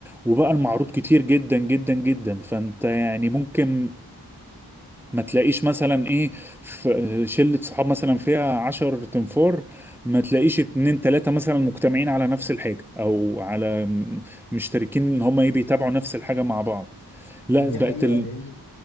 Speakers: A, in the centre; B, on the left (about 75°).
A: وبقى المعروض كتير جدا جدا جدا فانت يعني ممكن ما تلاقيش مثلا ايه في شلة صحاب مثلا فيها عشر تنفار ما تلاقيش اتنين تلاتة مثلا مجتمعين على نفس الحاجة او على م- مشتركين ان هما ايه بيتابعوا نفس الحاجة مع بعض لا
B: دي
A: بقت
B: حقيقة
A: ال...
B: لأن